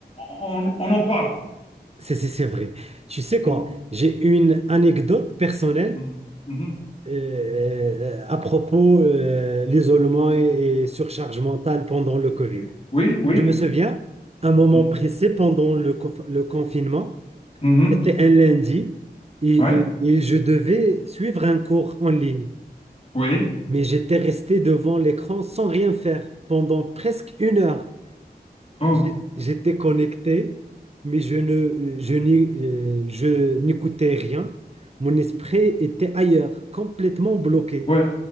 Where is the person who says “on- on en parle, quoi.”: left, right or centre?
Left